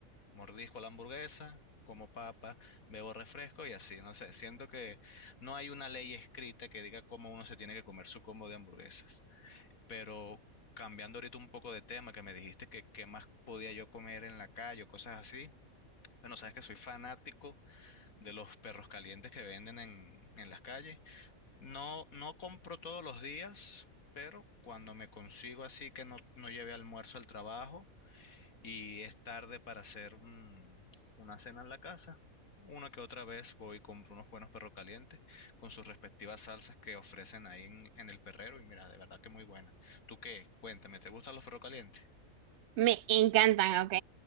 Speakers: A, on the left; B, on the right.
A: mordisco la hamburguesa, como papa, bebo refresco y así, no sé, siento que no hay una ley escrita que diga cómo uno se tiene que comer su combo de hamburguesas, pero... Cambiando ahorita un poco de tema, que me dijiste que qué más podía yo comer en la calle o cosas así. Bueno, sabes que soy fanático de los perros calientes que venden en, en las calles. No, no compro todos los días, pero cuando me consigo así que no, no lleve almuerzo al trabajo y es tarde para hacer un- una cena en la casa, una que otra vez voy y compro unos buenos perros calientes con sus respectivas salsas que ofrecen ahí en, en el perrero y mira, de verdad que muy buena. ¿Tú qué? Cuéntame, ¿te gustan los perros calientes?
B: Me encantan, ¿ok?